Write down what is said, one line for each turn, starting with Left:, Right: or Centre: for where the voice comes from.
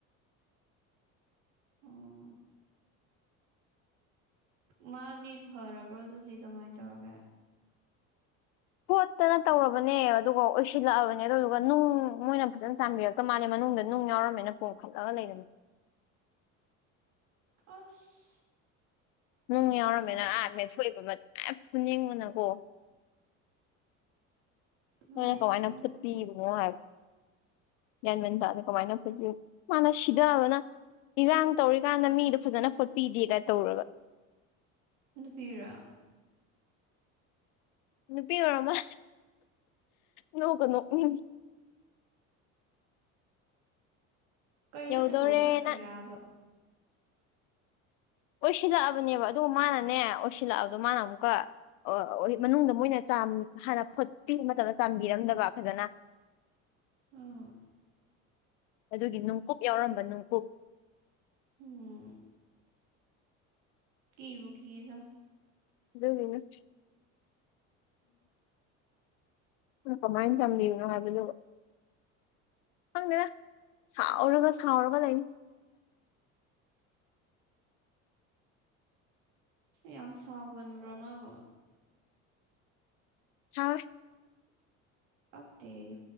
Right: ꯎꯝ ꯃꯥꯗꯤ ꯐꯔꯕ꯭ꯔꯣ ꯑꯗꯨꯗꯤ ꯀꯃꯥꯏꯅ ꯇꯧꯔꯒꯦ
Left: ꯈꯣꯠꯇꯅ ꯇꯧꯔꯕꯅꯦ ꯑꯗꯨꯒ ꯑꯣꯏꯁꯤꯜꯂꯛꯑꯕꯅꯦ ꯑꯗꯨꯗꯨꯒ ꯅꯨꯡ ꯃꯣꯏꯅ ꯐꯖꯅ ꯆꯥꯕꯤꯔꯛ ꯃꯥꯜꯂꯦ ꯃꯅꯨꯡꯗ ꯅꯨꯡ ꯌꯥꯎꯔꯝꯃꯦꯅ ꯄꯣꯈꯠꯂꯒ ꯂꯩꯕꯅꯤ
Right: ꯑꯁ
Left: ꯅꯨꯡ
Right: ꯍꯧꯖꯤꯛꯁꯦ
Left: ꯌꯥꯎꯔꯝꯃꯤꯅ ꯑꯥ ꯃꯦꯊꯣꯛꯏꯕ ꯃꯌꯥꯝ ꯐꯨꯅꯤꯡꯉꯨꯅꯀꯣ
Right: ꯏꯃꯥꯏ
Left: ꯅꯣꯏꯅ ꯀꯃꯥꯏꯅ
Right: ꯄꯦꯝꯃ
Left: ꯐꫭꯄꯤꯕꯅꯣ ꯍꯥꯏꯕ ꯒ꯭ꯌꯥꯟꯃꯟꯗꯥꯗ ꯀꯃꯥꯏꯅ ꯐꫭꯠꯔꯤꯅꫭ ꯑꯁ ꯃꯥꯅ ꯁꯤꯗꯑꯕꯅ ꯏꯔꯥꯡ ꯇꯧꯔꯤꯀꯥꯟꯗ ꯃꯤꯗꯣ ꯐꯖꯅ ꯐꯣꯠꯄꯤꯗꯦꯒꯥꯏꯅ ꯇꯧꯔꯒ
Right: ꯅꯨꯄꯤꯔꫭ
Left: ꯅꯨꯄꯤ ꯑꯣꯏꯔꯃ ꯅꯣꯛ ꯀ ꯅꯣꯛ ꯏ
Right: ꯀꯩꯅꯣ
Left: ꯌꯧꯗꯣꯔꯦꯅ
Right: ꯍꯧꯖꯤꯛꯐꯥꯎ ꯐꯠꯇ꯭ꯔꯤꯔꯕ
Left: ꯑꯣꯏꯁꯤꯜꯂꯛꯑꯕꯅꯦꯕ ꯑꯗꯨ ꯃꯥꯅꯅꯦ ꯑꯣꯏꯁꯤꯜꯂꯛꯑꯕꯗꯣ ꯃꯥꯅ ꯑꯃꯨꯛꯀ ꯑꯣ ꯃꯅꯨꯡꯗ ꯃꯣꯏꯅ ꯍꯥꯟꯅ ꯐꯣꯠꯄꯤꯕ ꯃꯇꯝꯗ ꯆꯥꯝꯕꯤꯔꯝꯗꯕ ꯐꯖꯅ
Right: ꯎꯝ
Left: ꯑꯗꯨꯒꯤ ꯅꯨꯡꯀꯨꯞ ꯌꯥꯎꯔꯝꯕ ꯅꯨꯡ
Right: ꯎꯝ ꯀꯕꯨ ꯀꯤꯌꯦꯗ
Left: ꯑꯗꯨꯝꯅ <inaudible> ꯀꯃꯥꯏꯅ ꯇꯝꯕꯤꯅꯣ ꯍꯥꯏꯕꯗꯨ ꯈꯪꯗꯅ ꯁꯥꯎꯔꯒ ꯁꯥꯎꯔꯒ ꯂꯩꯅꯤ <inaudible>
Right: ꯌꯥꯝ ꯁꯥꯎꯒꯟꯕ꯭ꯔ ꯃꯥꯕꯨ
Left: ꯁꯥꯎꯏ
Right: ꯄꯛꯇ°ꯌꯨ